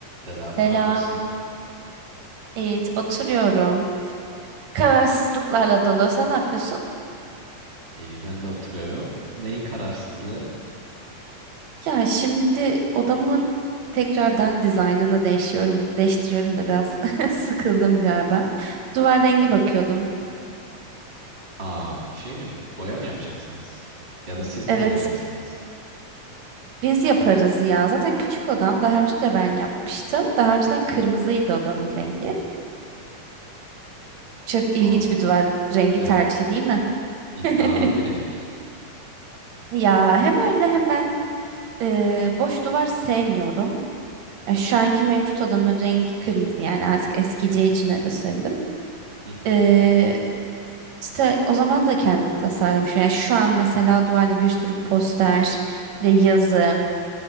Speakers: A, on the right; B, on the right.
A: Selam,
B: Selam.
A: ne yapıyorsun?
B: Evet, oturuyorum. Kararsızlıklarla dolu. Sen ne yapıyorsun?
A: İyi, ben de oturuyorum. Neyin kararsızlığı?
B: Ya şimdi odamın tekrardan dizaynını değişiyorum, değiştiriyorum da biraz <laughs> sıkıldım galiba. Duvar rengi bakıyordum.
A: Aa, şey mi? Boya mı yapacaksınız? Ya da siz
B: Evet,
A: mi boyayacaksınız?
B: biz yaparız ya. Zaten küçük odam. Daha önce de ben yapmıştım. Daha önceden kırmızıydı odamın rengi. Çok ilginç
A: Aa,
B: bir duvar rengi
A: evet.
B: tercihi değil mi?
A: İddialı
B: <laughs>
A: bir renk.
B: Ya hem öyle hem ben e, boş duvar sevmiyorum. Ya şu anki mevcut odamın rengi kırmızı yani artık eskiyeceği için öyle söyledim.
A: Hı hı.
B: Ee, işte o zaman da kendim tasarlamışım. Yani şu an mesela duvarda bir sürü poster ve yazı,